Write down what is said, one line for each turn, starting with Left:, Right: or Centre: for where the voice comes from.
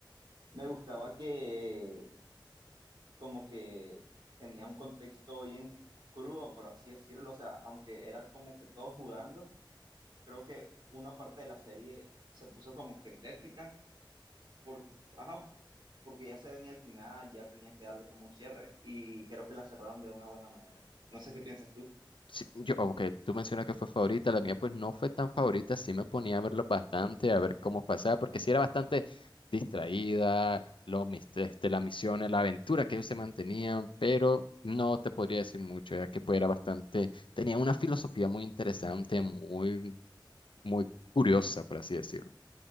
Right: Me gustaba que como que tenía un contexto bien crudo, por así decirlo. O sea, aunque era como que todos jugando, creo que una parte de la serie se puso como que tétrica por, ajá, porque ya se venía al final, ya tenía que darle como un cierre y creo que la cerraron de una buena manera. No sé qué piensas tú.
Left: Sí, yo, ok, tú mencionas que fue favorita, la mía pues no fue tan favorita, sí me ponía a verlo bastante, a ver cómo pasaba, porque sí era bastante distraída, lo, mis- este, las misiones, la aventura que ellos se mantenían, pero no te podría decir mucho, ya que pues era bastante, tenía una filosofía muy interesante, muy, muy curiosa, por así decirlo.